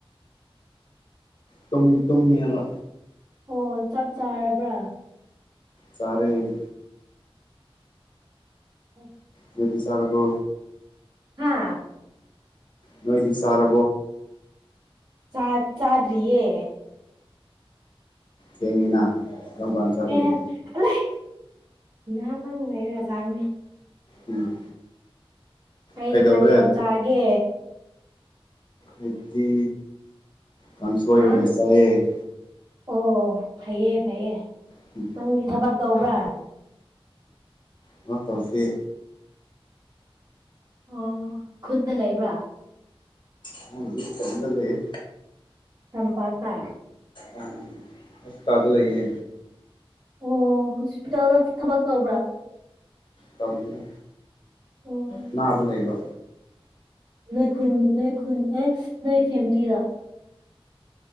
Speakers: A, on the left; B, on the right.
A: ꯇꯨꯝ ꯇꯨꯝꯃꯤꯌꯦꯕ
B: ꯑꯣ ꯆꯥꯛ ꯆꯥꯔꯕ꯭ꯔꯥ
A: ꯆꯥꯔꯦ
B: ꯎꯝ
A: ꯅꯣꯏꯗꯤ ꯆꯥꯔꯕꯣ
B: ꯍꯥ
A: ꯅꯣꯏꯗꯤ ꯆꯥꯔ
B: ꯆꯥ ꯆꯥꯗ꯭ꯔꯤꯌꯦ
A: ꯊꯦꯡꯉꯤꯅ ꯀꯔꯝ ꯀꯥꯟ ꯆꯥꯗꯣꯏꯕ
B: ꯑꯦ <unintelligible> ꯂꯩ ꯉꯍꯥꯛꯇꯪ ꯂꯩꯔꯖꯥꯒꯅꯦ ꯆꯥꯅꯤ
A: ꯎꯝ
B: ꯀꯩ
A: ꯀꯩꯗꯧꯔꯦ
B: ꯃꯊꯦꯜ ꯆꯥꯒꯦ
A: ꯑꯏꯗꯤ ꯀꯥꯡꯁꯣꯏ
B: ꯍꯥꯥ
A: ꯑꯣꯏꯅ ꯆꯥꯏꯌꯦ
B: ꯑꯣ ꯐꯩꯌꯦ ꯐꯩꯌꯦ
A: ꯎꯝ
B: ꯅꯪꯗꯤ ꯊꯕꯛ ꯇꯧꯕ꯭ꯔꯥ
A: ꯊꯕꯛ ꯇꯧꯗꯦ
B: ꯑꯣ ꯈꯨꯟꯗ ꯂꯩꯕ꯭ꯔꯥ
A: <unintelligible> ꯗꯤ ꯆꯪꯉꯗ ꯂꯩꯌꯦ
B: ꯇꯝꯄꯥꯛ ꯇ
A: ꯑ ꯑꯩ ꯍꯣꯁꯄꯤꯇꯥꯜꯗ ꯂꯩꯌꯦ
B: ꯑꯣ ꯍꯣꯁꯄꯤꯇꯥꯜꯗ ꯊꯕꯛ ꯇꯧꯕ꯭ꯔꯥ
A: ꯇꯧꯗꯦꯗ
B: ꯑꯣ
A: ꯑꯅꯥꯕ ꯂꯩꯕ
B: ꯅꯣꯏ ꯈꯨꯟ ꯅꯣꯏ ꯈꯨꯟ ꯑꯦ ꯅꯣꯏ ꯐꯦꯃꯤꯂꯤꯔꯣ